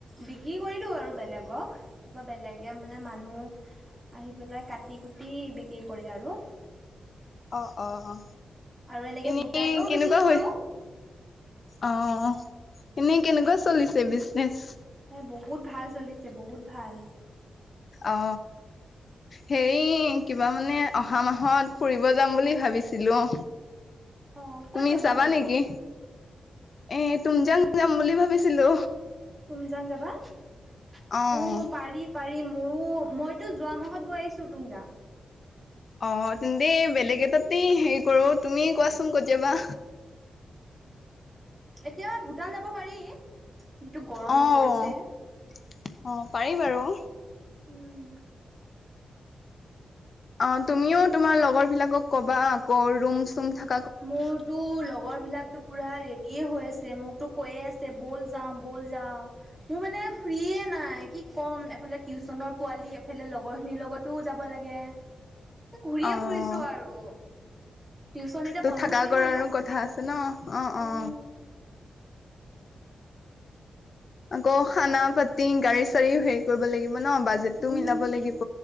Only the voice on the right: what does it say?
বিক্ৰী কৰি দিও আৰু বেলেগক তাৰপৰা বেলেগে মানে মানুহ আহি পেলাই কাটি কুটি বিক্ৰী কৰি আৰু
আৰু এনেকে
গোটাকেও
বিক্ৰী কৰো
এ বহুত ভাল চলিছে বহুত ভাল
অ ক'ত
ফুৰিব
তুমজাং যাবা অ
পাৰি পাৰি মোৰো মইতো যোৱা মাহত গৈ আহিছো তুমজা
এতিয়া ভূটান যাব পাৰি যিটো গৰম
পৰিছে
উম
মোৰতো লগৰ বিলাকতো পুৰা ৰে দিয়ে হৈ আছে মোকতো কৈয়ে আছে বল যাও বল যাওঁ মোৰ মানে ফ্ৰি নাই কি ক'ম এফালে টিউচনৰ পোৱালি এফালে লগৰ খিনিৰ লগতোও যাব লাগে ঘূৰিয়ে
ফুৰিছো আৰু টিউচন এতিয়া
বন্ধ
দিম
আৰু
উম,
উম,